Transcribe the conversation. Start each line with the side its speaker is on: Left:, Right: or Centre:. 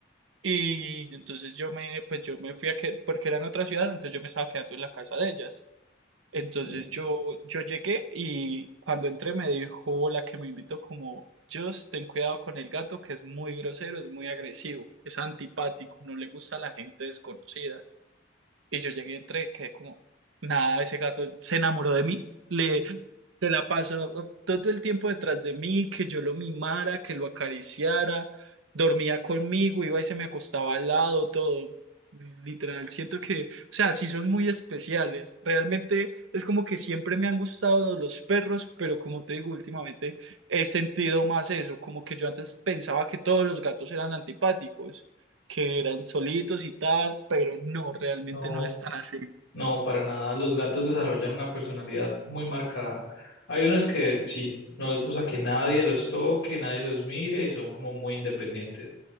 Right: Y entonces yo me, pues yo me fui a que, porque era en otra ciudad, entonces yo me estaba quedando en la casa de ellas. Entonces
Left: Sí,
Right: yo, yo llegué y cuando entré me dijo la que me invitó como, Just, ten cuidado con el gato que es muy grosero, es muy agresivo, es antipático, no le gusta a la gente desconocida. Y yo llegué, entré, quedé como, nada, ese gato se enamoró de mí, le, se la pasó todo el tiempo detrás de mí, que yo lo mimara, que lo acariciara, dormía conmigo, iba y se me acostaba al lado, todo. Literal, siento que, o sea, sí son muy especiales. Realmente es como que siempre me han gustado los perros, pero como te digo, últimamente he sentido más eso, como que yo antes pensaba que todos los gatos eran antipáticos que eran solitos y tal, pero no, realmente
Left: No,
Right: no es tan así.
Left: No, para nada. Los gatos desarrollan una personalidad muy marcada. Hay unos que sí, no les gusta que nadie los toque, nadie los mire y son como muy independientes.